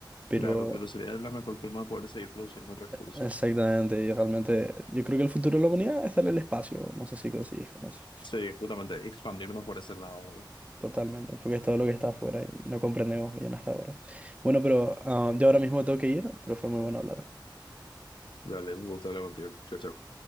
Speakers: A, on the right; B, on the left.
A: Pero...
B: Claro, pero sería la mejor forma de poder seguir produciendo recursos.
A: Exactamente, y realmente yo creo que el futuro de la humanidad está en el espacio, no sé si consigues con eso.
B: Sí, justamente expandirnos por ese lado.
A: Totalmente, porque es todo lo que está afuera y no comprendemos bien hasta ahora. Bueno, pero ah, yo ahora mismo tengo que ir, pero fue muy bueno hablar.
B: Dale, un gusto hablar contigo. Chao, chao.